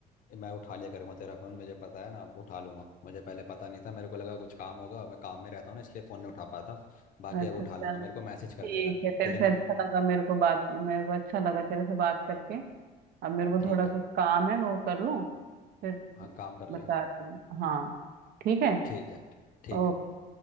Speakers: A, on the left; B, on the right.
A: मैं उठा लिया करूँगा तेरा फ़ोन मुझे पता है ना अब उठा लूँगा मुझे पहले पता नहीं था मेरे को लगा कुछ काम होगा मैं काम में रहता हूँ ना इसलिए फ़ोन नहीं उठा पाता बाकी
B: अच्छा
A: अब उठा
B: चल
A: लूँगा मेरे को मैसेज कर
B: ठीक
A: दिया कर
B: है तेरे
A: तुझे
B: से
A: नम
B: अच्छा लगा मेरे को बात मेरे को अच्छा लगा तेरे से बात करके अब मेरे को
A: ठीक
B: थोड़ा
A: है
B: कुछ काम है वो कर लूँ फिर
A: हाँ काम कर लें
B: बताती हूँ हाँ ठीक है
A: ठीक है ठीक
B: ओके
A: है